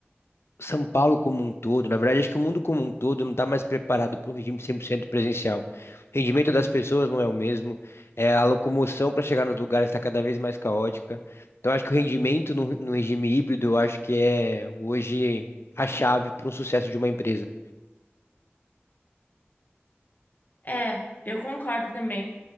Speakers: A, on the left (about 70°); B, on the left (about 45°).
A: São Paulo como um todo, na verdade, acho que o mundo como um todo não está mais preparado para um regime 100% presencial. O rendimento das pessoas não é o mesmo, é, a locomoção para chegar nos lugares está cada vez mais caótica. Então, acho que o rendimento no, no regime híbrido, eu acho que é hoje a chave para um sucesso de uma empresa.
B: É, eu concordo também.